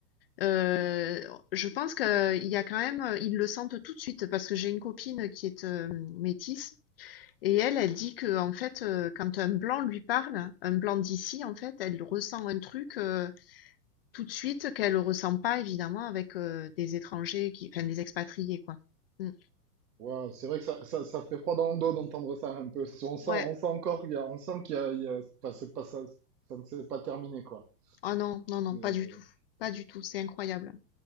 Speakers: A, on the left; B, on the right.
A: Heu, je pense qu'il y a quand même, euh, ils le sentent tout de suite parce que j'ai une copine qui est, hem, métisse et elle, elle dit que en fait, heu, quand un blanc lui parle, un blanc d'ici en fait, elle ressent un truc, heu, tout de suite qu'elle ressent pas évidemment avec, heu, des étrangers qui enfin des expatriés quoi. Mmh.
B: Waouh, c'est vrai que ça, ça, ça fait froid dans le dos d'entendre ça un peu. On sent,
A: Ouais.
B: on sent encore, il y a, on sent qu'il y a, il y a- enfin, c'est pas, ça, ça ne s'est pas terminé, quoi.
A: Ah non, non, non,
B: C'est
A: pas du tout, pas du tout, c'est incroyable.